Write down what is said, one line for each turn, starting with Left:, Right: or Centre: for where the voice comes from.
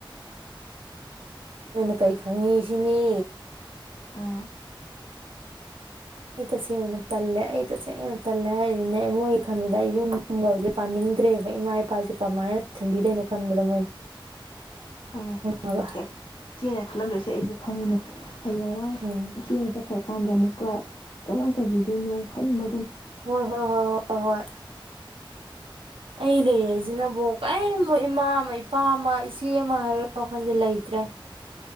Right: ꯅꫭꯏꯅ ꯀꯔꯤ ꯈꯪꯉꯤ ꯁꯤꯅꯤ꯫
Left: ꯑ
Right: ꯑꯩ ꯇꯁꯦꯡꯅ ꯇꯜꯂꯦ ꯑꯩ ꯇꯁꯦꯡꯅ ꯇꯜꯂꯦ ꯍꯥꯏꯁꯤꯅꯦ ꯑꯩ ꯃꯣꯏꯒꯤ ꯈꯟꯕꯗ ꯑꯩ ꯌꯨꯝꯒ ꯄꯥꯅꯤꯡꯗ꯭ꯔꯦꯕ ꯏꯃꯥ ꯏꯄꯥꯁꯦ ꯀꯃꯥꯏꯅ ꯊꯝꯕꯤꯗꯣꯏꯅꯣ ꯈꯟꯕꯗ ꯃꯣꯏꯅ
Left: ꯍꯣꯏꯅꯦ
Right: ꯈꯪꯉꯕ
Left: ꯍꯦꯛ ꯏꯆꯦꯅ ꯈꯜꯂꯝꯗꯣꯏꯁꯦ ꯑꯩꯖꯨ꯫ ꯈꯪꯉꯤꯅꯦ ꯍꯌꯦꯡꯋꯥꯏ
Right: ꯎꯝ
Left: ꯏꯆꯦ ꯈ꯭ꯔ ꯀꯥꯟꯗ ꯑꯃꯨꯛꯀ ꯀꯃꯥꯏ ꯇꯧꯕꯤꯗꯣꯏꯅꯣ ꯈꯟꯕ
Right: ꯍꯣꯏ ꯍꯣꯏ ꯍꯣꯏ ꯍꯣꯏ ꯍꯣꯏ ꯑꯩ ꯂꯩꯔꯁꯤꯅꯕꯨ ꯀꯔꯤ ꯏꯃꯥ ꯑꯃ ꯏꯄꯥ ꯑꯃ ꯏꯆꯦ ꯑꯃ ꯍꯥꯏꯕ ꯋꯥꯈꯜꯁꯦ ꯂꯩꯇ꯭ꯔꯦ